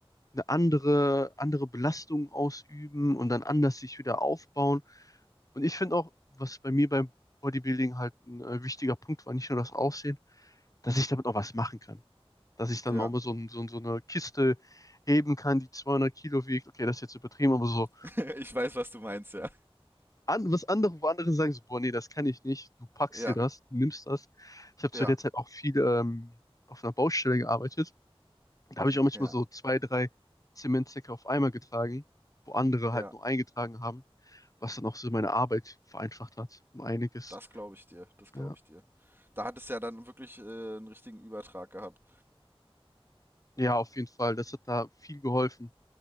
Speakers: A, on the left; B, on the right.
A: eine andere, andere Belastung ausüben und dann anders sich wieder aufbauen. Und ich finde auch, was bei mir beim Bodybuilding halt ein äh, wichtiger Punkt war, nicht nur das Aussehen, dass ich damit auch was machen kann. Dass ich dann
B: Ja,
A: mal so, ein, so, ein- so eine Kiste heben kann, die 200 Kilo wiegt. Okay, das ist jetzt übertrieben, aber so
B: <laughs> ich weiß, was du meinst, ja.
A: an, was andere, wo andere sagen, so, boah, nee, das kann ich nicht. Du packst
B: Ja,
A: dir das, du nimmst das. Ich habe zu
B: ja,
A: der Zeit auch viel ähm, auf einer Baustelle gearbeitet Da habe ich auch manchmal
B: ja,
A: so zwei, drei Zementsäcke auf einmal getragen, wo andere
B: ja.
A: halt nur eingetragen haben, was dann auch so meine Arbeit vereinfacht hat, um einiges.
B: Das glaube ich dir, das glaube
A: Ja,
B: ich dir. Da hat es ja dann wirklich äh, einen richtigen Übertrag gehabt.
A: ja auf jeden Fall, das hat da viel geholfen.